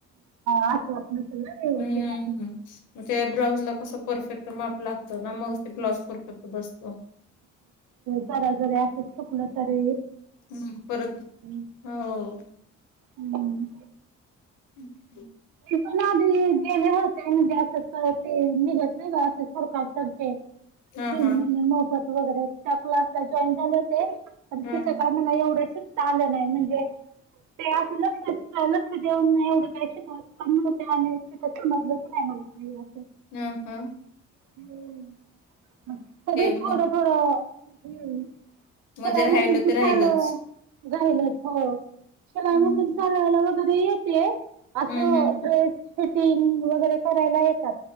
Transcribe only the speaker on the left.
हम्
म ते ब्लाउज ला कस परफेक्ट माप लागत ना मग ते ब्लाउज परफेक्ट बसतो.
मग परत
हो
अम्छा <inaudible>
हा हा
हा
हम् हम्
मग
मग ते राहिलं
ते राहिलच.
हम्म.
हम्म
हम्म